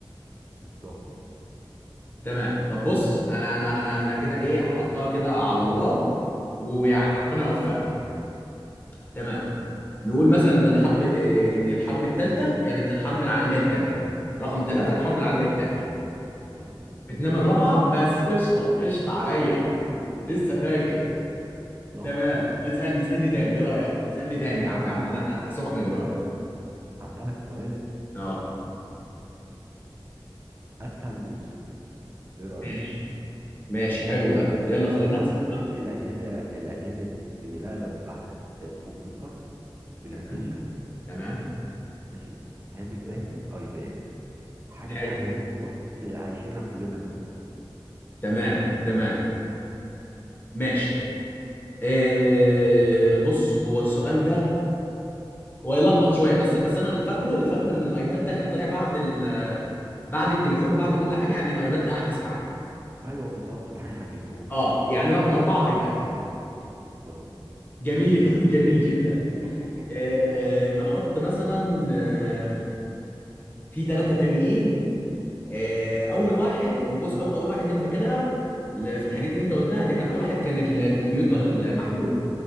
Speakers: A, on the right; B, on the left.
A: بالظبط اهو
B: تمام طب بص انا انا انا انا كده ايه هحطها كده على الله ويعني
A: مم.
B: ربنا يوفقني تمام نقول مثلا ان الحرب آه، ان الحرب الثالثه كانت الحرب العالميه الثانيه رقم ثلاثه الحرب العالميه الثانيه
A: مظبوط
B: فيتنام الرابعه بس قشطه قشطه عليا
A: <laughs>
B: لسه فاكر
A: صح
B: تمام اسالني اسالني تاني ايه رايك اسالني تاني يا عم
A: هسألك
B: يا عم انا سخن دلوقتي
A: هسألك سؤال
B: اه
A: بص اسهل من السهولة ايه رأيك
B: ماشي ماشي حلو ده يلا خلينا
A: هترتب
B: نكسب
A: لي الاجهزة الاجهزة دي من الاقدم للاحدث اه، كمبيوتر بلاي
B: تمام
A: ستيشن
B: تمام
A: ماشي هاتف
B: تمام
A: ذكي ايباد حاجة
B: حلو
A: سهلة اهي في بص عايشينها كلنا دلوقتي
B: تمام تمام ماشي إيه بص هو السؤال ده ويلخبط شويه بس بس انا اللي فاكره اللي فاكره ان الايباد ده كان طالع بعد ال بعد التليفون وبعد كل حاجه يعني الايباد ده احدث حاجه
A: ايوه بالظبط ده حاجه حديثه اهو
B: اه يعني رقم اربعه ايباد
A: مظبوط
B: جميل <laughs> جميل جدا
A: <laughs>
B: آه نحط مثلا آه في ثلاثه تانيين آه اول واحد هو بص أو اول واحد انا فاكرها ل- في الحاجات اللي انت قلتها دي كان اول واحد كان ال- الكمبيوتر المحمول